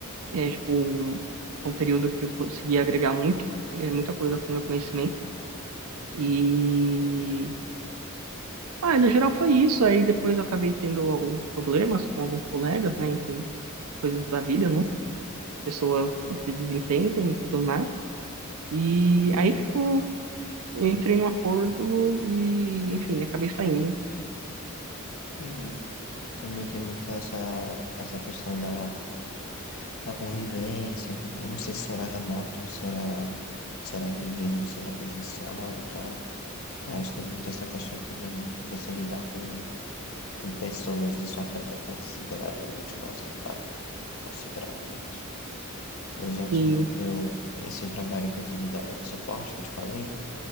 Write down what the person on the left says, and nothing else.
Entendi. Também tem muito essa, essa questão da, da convivência. tá? Eu não sei se era remoto, se era, se era híbrido, se era presencial e tal. Mas tem muito essa questão também de, de você lidar com, com pessoas e isso afeta consideravelmente o nosso trabalho. Consideravelmente. Eu já tive,
um- eu, esse trabalho que eu tive da área de suporte que eu te falei